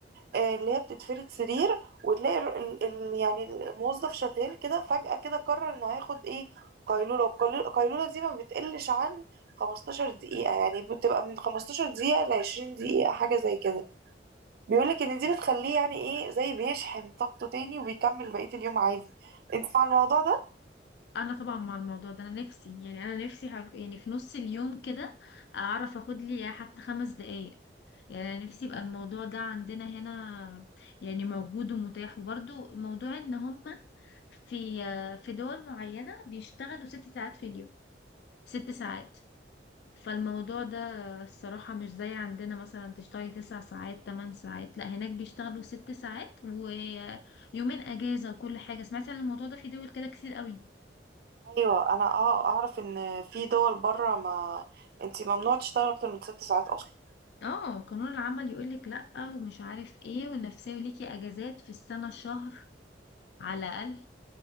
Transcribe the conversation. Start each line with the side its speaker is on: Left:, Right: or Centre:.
Right: آه، اللي هي بتتفرد سرير وتلاقي ال ال ال- يعني الموظف شغال كده فجأة كده قرر انه هياخد ايه قيلولة والقيلولة دي ما بتقلش عن 15 دقيقة يعني بتبقى من 15 دقيقة ل 20 دقيقة حاجة زي كده بيقولك ان دي بتخليه يعني ايه زي بيشحن طاقته تاني وبيكمل بقية اليوم عادي انت مع الموضوع ده؟
Left: انا طبعا مع الموضوع ده انا نفسي يعني انا نفسي هر- يعني في نص اليوم كده اعرف اخد لي حتى خمس دقايق يعني انا نفسي يبقى الموضوع ده عندنا هنا يعني موجود ومتاح وبرضو موضوع ان هم في في دول معينة بيشتغلوا ست ساعات في اليوم ست ساعات فالموضوع ده الصراحة مش زي عندنا مثلا تشتغلي تسع ساعات تمن ساعات لا هناك بيشتغلوا ست ساعات ويومين اجازة وكل حاجة سمعت عن الموضوع ده في دول كده كتير قوي
Right: ايوه انا أع- اعرف ان في دول بره ما انت ممنوع تشتغل اكتر من ست ساعات اصلا
Left: اه قانون العمل يقولك لأ ومش عارف ايه والنفسية ليكي اجازات في السنة شهر على الأقل